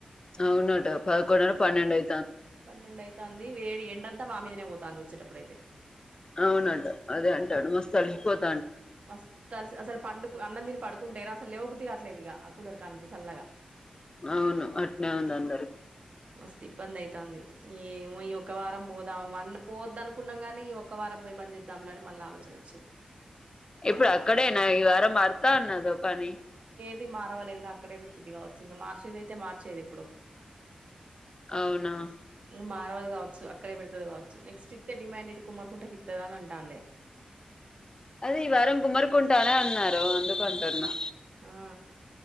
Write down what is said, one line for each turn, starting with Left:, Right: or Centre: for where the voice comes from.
Left: అవునట పదకొన్నర పనేండు ఐ
Right: పన్నెండు ఐతంది వేడి ఎండంతా మా మీదనే పోతంది వచ్చేటప్పుడు ఐతే
Left: అవునట అదే అంటాడు మస్తు అలిసిపోత
Right: మస్త్ అలిసి అసలు అన్నం తిని పండు అన్నందిని పడు కుంటేరా అసలు లేవ బద్ది కాట్లేదు ఇక ఆ కూలర్ కా నుంచి చల్లగా
Left: అవును అట్నే ఉంది అందరు
Right: మస్తు ఇబ్బంది ఐతంది ఏమో ఈ ఒక వారం పోదాం అన్న పోవద్దు అనుకున్నాం గానీ ఈ ఒక్క వారం పోయి బన్ చేద్దాం లె అని మళ్ళీ ఆలోచన వచ్చింది
Left: ఇప్పుడు అక్కడేనా ఈ వారం మారతా అన్నదో కనీ
Right: ది మారవాలేదురా అక్కడే పెట్టింది కావచ్చు ఇంక మార్చేది అయితే మార్చేది ఎప్పుడో
Left: అవునా
Right: మారవదు కావచ్చు అక్కడే పెడుతది కావచ్చు నెక్స్ట్ ఇతే డిమాండ్ ఇట్ కుమ్మరుకుంటకి ఇత్తద అని అంటాండే
Left: అదే ఈ వారం గుమ్మరుకుంటా అనే అన్నారు అందుకు అంటున్నా
Right: ఆ